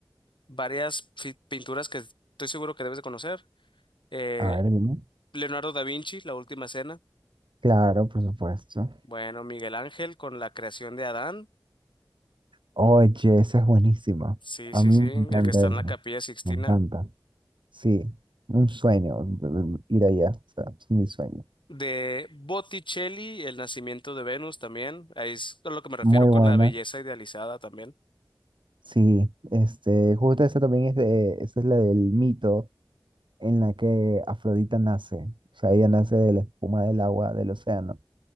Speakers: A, on the left; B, on the right.
A: varias fi- pinturas que estoy seguro que debes de conocer. Eh,
B: A ver, dime.
A: Leonardo da Vinci, La Última Cena.
B: Claro, por supuesto.
A: Bueno, Miguel Ángel con la creación de Adán.
B: Oye, esa es buenísima.
A: Sí,
B: A
A: sí,
B: mí
A: sí,
B: me
A: el
B: encanta
A: que está en
B: eso.
A: la Capilla Sixtina.
B: Me encanta. Sí, un sueño de- de- ir allá. O sea, es mi sueño.
A: De Botticelli, El nacimiento de Venus también. Ahí es a lo que me refiero
B: Muy
A: con
B: buena.
A: la belleza idealizada también.
B: Sí, este, justo esa también es de, esa es la del mito en la que Afrodita nace. O sea, ella nace de la espuma del agua del océano.